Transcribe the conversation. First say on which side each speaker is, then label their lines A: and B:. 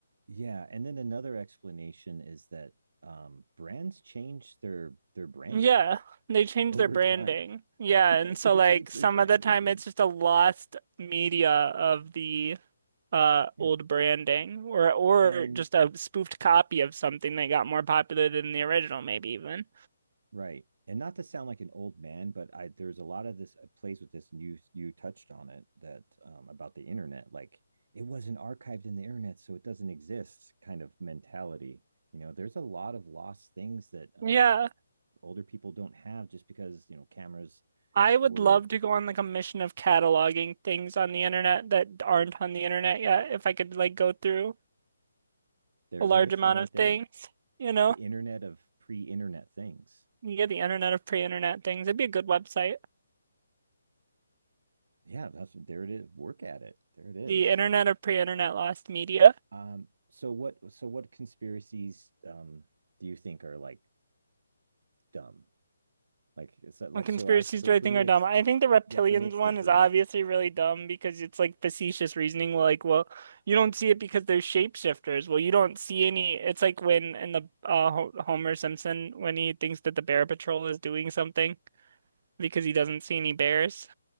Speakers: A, on the right; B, on the right.
A: Yeah, and then another explanation is that um, brands change their their branding
B: Yeah, they changed
A: over
B: their branding.
A: time.
B: Yeah,
A: <laughs>
B: and
A: they
B: so like
A: change
B: some
A: their branding,
B: of the time
A: dude.
B: it's just a lost media of the uh
A: Yeah,
B: old branding or or
A: and
B: just a spoofed copy of something that got more popular than the original maybe even.
A: Right. And not to sound like an old man, but I there's a lot of this uh, plays with this, and you you touched on it that um, about the internet, like it wasn't archived in the internet, so it doesn't exist kind of mentality. You know, there's a lot of lost things that um,
B: Yeah.
A: older people don't have just because you know cameras
B: I would
A: were.
B: love to go on like a mission of cataloging things on the internet that aren't on the internet yet. If I could like go through
A: There's
B: a large
A: a mission
B: amount
A: right
B: of things,
A: there,
B: you know,
A: the internet of pre-internet things.
B: yeah, the internet of pre-internet things. It'd be a good website.
A: Yeah, that's there it is. Work at it. There it is.
B: The internet of pre-internet lost media.
A: Um, so what? So what conspiracies um, do you think are like dumb? Like it's uh, like
B: What conspiracies
A: so I for
B: do
A: for
B: I think
A: me
B: are
A: it's
B: dumb? I think the reptilians
A: yeah for me it's
B: one
A: the Bruins.
B: is obviously really dumb because it's like facetious reasoning. Like, well, you don't see it because they're shapeshifters. Well, you don't see any. It's like when in the uh, Ho- Homer Simpson when he thinks that the Bear Patrol is doing something. because he doesn't see any bears.